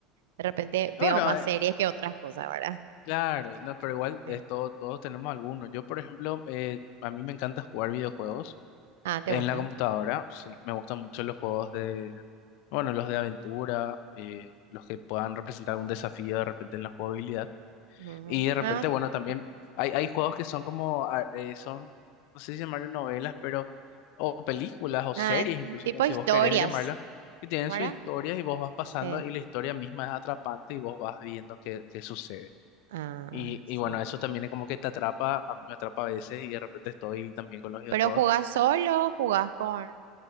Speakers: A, on the right; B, on the left.
A: De repente veo
B: Bueno,
A: más
B: eh,
A: series que otras cosas, ¿verdad?
B: Claro, no, pero igual
A: Sí.
B: es todo- todos tenemos algunos. Yo, por ejemplo, eh, a mí me encanta jugar videojuegos
A: Ah, ¿te
B: en
A: gusta?
B: la computadora. Sí, me gustan mucho los juegos de, bueno, los de aventura, eh, los que puedan representar un desafío de repente en la jugabilidad.
A: Ujú.
B: Y de repente,
A: Ah,
B: bueno, también
A: pr-
B: hay, hay juegos que son como, ah, eh, son, no sé si llamarlo novelas, pero, o películas, o series,
A: ah,
B: incluso
A: tipo
B: si
A: historias,
B: vos querés llamarlo, que tienen
A: ¿verdad?
B: sus historias y vos vas pasando
A: Sí.
B: y la historia misma es atrapante y vos vas viendo qué, qué sucede.
A: Ah,
B: Y,
A: sí.
B: y bueno, eso también es como que te atrapa, a mí me atrapa a veces y de repente estoy también con los videojuegos.
A: ¿Pero jugás solo? ¿Jugás con,